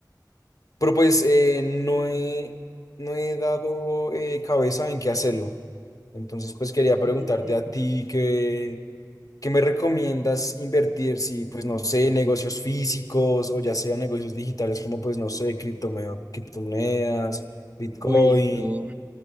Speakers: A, on the left; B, on the right.
A: pero pues eh, no he, no he dado eh, cabeza en qué hacerlo. Entonces pues quería
B: Mm,
A: preguntarte a ti que... ¿Qué me recomiendas invertir si, pues, no sé, negocios físicos o ya sea negocios digitales como, pues, no sé, criptome- criptomonedas, Bitcoin?
B: uy, bro.